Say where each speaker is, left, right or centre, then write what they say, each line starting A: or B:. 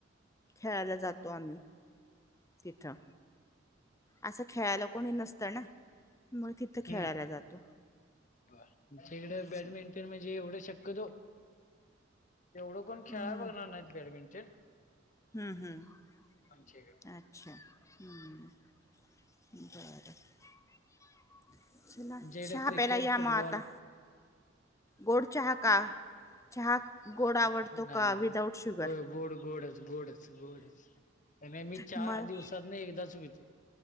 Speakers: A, on the left; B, on the left.
A: खेळाला जातो आम्ही तिथं असं खेळायला कोणी नसतं ना मग तिथं खेळायला
B: हम्म
A: जातो.
B: आमच्याकड
A: अच्छा.
B: बॅडमिंटन म्हणजे एवढं शक्यतो एवढं कोण खेळाय
A: हम्म
B: बघणार नाहीत बॅडमिंटन
A: हम्म- हम्म
B: आमच्या इकडे
A: अच्छा <inaudible> हम्म <inaudible> बरं
B: आमच्या
A: <inaudible>
B: इकडे
A: चहा
B: क्रिकेट
A: प्यायला या
B: फुटबॉल
A: म आता गोड चहा का? चहा गोड
B: आ
A: आवडतो
B: नाही-
A: का
B: नाही
A: विदाउट शुगर
B: होय गोड -गोडच <inaudible> गोडच- गोडच आणि मी चाहा
A: म
B: दिवसातन एकदाच पितो